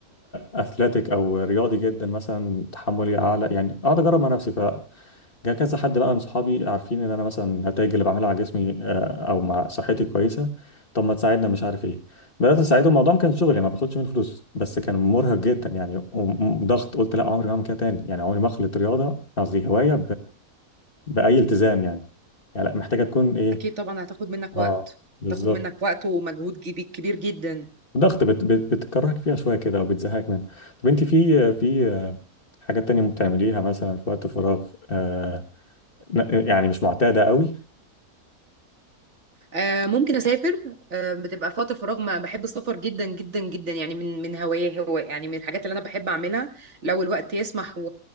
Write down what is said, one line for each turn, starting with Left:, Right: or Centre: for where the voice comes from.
Left: اثليتيك او رياضي جدا مثلا تحملي اعلى يعني اقعد اجرب مع نفسي فجاء كذا حد بقى من صحابي عارفين ان انا مثلا النتائج اللي بعملها على جسمي آه، او مع صحتي كويسه طب ما تساعدنا مش عارف ايه بدات اساعدهم الموضوع ما كان شغل يعني ما باخدش منه فلوس بس كان مرهق جدا يعني وضغط قلت لا عمري ما هعمل كده تاني يعني عمري ما اخلط رياضه قصدي هوايه بأي التزام يعني يعني لأ، محتاجة تكون ايه
Right: اكيد طبعا هتاخد منك
Left: اه
Right: وقت
Left: بالظبط
Right: هتاخد منك وقت ومجهود جبي- كبير جدا
Left: ضغط بت بت بتكرهك فيها شوية كده او بتزهقك منها طب انت في في حاجات تانية بتعمليها مثلا في وقت فراغ آه ن- يعني مش معتادة قوي
Right: آه ممكن اسافر آه بتبقى في وقت الفراغ ما بحب السفر جدا جدا جدا يعني من من هوايه هو يعني من الحاجات اللي انا بحب اعملها لو الوقت يسمح و...